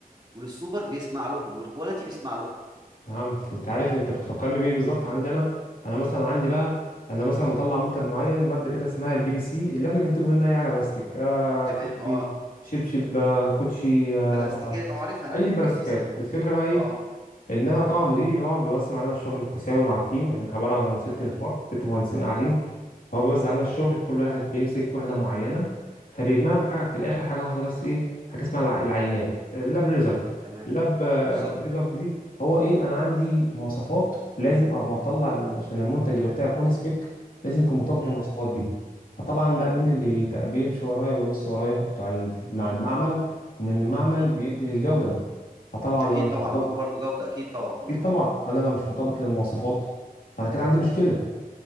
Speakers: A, on the right (about 30°); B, on the left (about 65°).
A: وللسوبر بيسمع لهم والكواليتي بيسمع لهم
B: فهمت انت عارف انت بتفكرني بايه بالظبط عندي انا انا مثلا عندي بقى انا مثلا بطلع منتج معين ماده كده اسمها البي في سي اللي احنا بننتجه منها اي حاجه بلاستيك آه
A: تمام
B: كوتشي
A: اه
B: شبشب آه، كوتشي آه،
A: بلا بستيكات اه عارف انا
B: اي
A: البي
B: بلاستيكات
A: بي سي
B: الفكره بقى ايه
A: اه
B: ان انا طبعا مديري طبعا بيوزع علينا الشغل بالتساوي مع التيم احنا عباره عن ست
A: تمام
B: نفار ست مهندسين قاعدين هو بيوزع علينا الشغل كل واحد بيمسك وحده معينه فبيجمعنا في حاجه في الاخر حاجه واحده بس ايه حاجه اسمها الع- العينات اللاب ريزلت
A: تمام
B: اللاب
A: بالظبط
B: ريزلت دي هو ايه انا عندي مواصفات لازم اما بطلع ال- عشان المنتج يبقى بتاعي اون سبيك لازم يكون مطابق
A: امم
B: للمواصفات دي فطبعا
A: امم
B: بقى مين اللي بيت- بيمشي ورايا بيبص ورايا بتاع ال- مع
A: امم
B: المعمل ومن المعمل
A: امم
B: بيدي للجوده فطبعا
A: اكيد
B: لو مش
A: طبعا
B: مطابق
A: عندكم برضو جوده اكيد طبعا مظبوط
B: اكيد طبعا انا لو مش مطابق للمواصفات فانا كده عندي مشكله